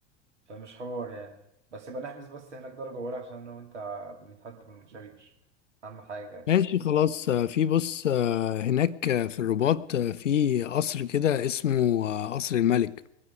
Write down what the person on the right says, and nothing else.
فمش حوار يعني بس يبقى نحجز بس هناك درجه اولى عشان انا وانت بنتحدى بالمشاوير اهم حاجه يعني.